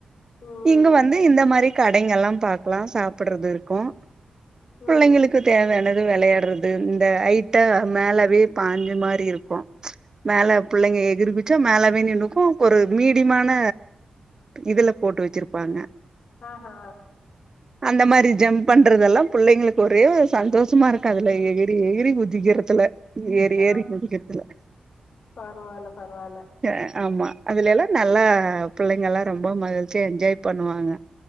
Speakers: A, on the left; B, on the right.
A: ம்
B: இங்க வந்து இந்த மாரி கடைங்கெல்லா பாக்கலா சாப்புட்றது இருக்கூ
A: ம்
B: பிள்ளைங்களுக்கு தேவையான விளையாடுறது இந்த ஐட்டா மேலவே பாஞ்ச மாரி இருக்கூ மேல புள்ளைங்க எகிரிகுதுச்சா மேலவே நின்னுக்கு ஒரு மீடியமான இதுல போட்டு வச்சிருப்பாங்க
A: ஆ ஹா
B: அந்த மாரி ஜம்ப் பண்றதெல்லா புள்ளைங்களுக்கு ஒரே ஒரு சந்தோஷமா இருக்காதுல்ல எகிறி எகிறி குதிக்கிறதுல ஏறி
A: ஆ
B: ஏறி குதிக்கிறதுல
A: பரவால்ல பரவால்ல
B: ஏ ஆமா அதுலேல்லா நல்லா ஆ புள்ளைங்கெல்லா ரொம்ப மகிழ்ச்சியா என்ஜாய் பண்ணுவாங்க